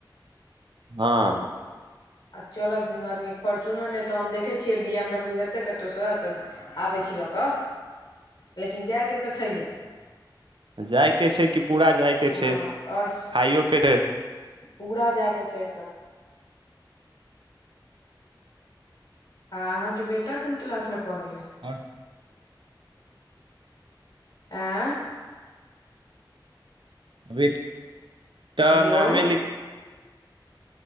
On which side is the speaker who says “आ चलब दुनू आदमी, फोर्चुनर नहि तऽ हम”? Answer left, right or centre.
Left